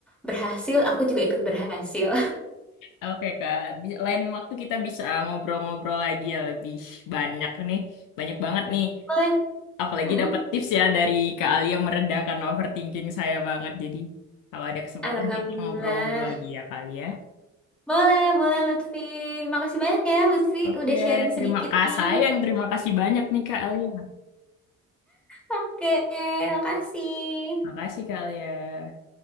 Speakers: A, in the centre; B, on the left.
A: berhasil, aku juga ikut berhasil.
B: Oke, Kak. Bi- Lain waktu kita bisa ngobrol-ngobrol lagi ya lebih banyak nih. Banyak banget nih.
A: <laughs> Boleh.
B: Apalagi
A: Mm-mm.
B: dapat tips ya dari Kak Alia meredakan overthinking saya banget. Jadi kalau ada kesempatan
A: Alhamdulillah.
B: kita ngobrol-ngobrol lagi ya Kak Alia.
A: Boleh, boleh Lutfi. Makasih banyak ya Lutfi
B: Oke,
A: udah sharing
B: terima
A: sedikit
B: kasih.
A: nih.
B: Sayang, terima kasih banyak nih Kak Alia.
A: Oke, makasih.
B: Makasih Kak Alia.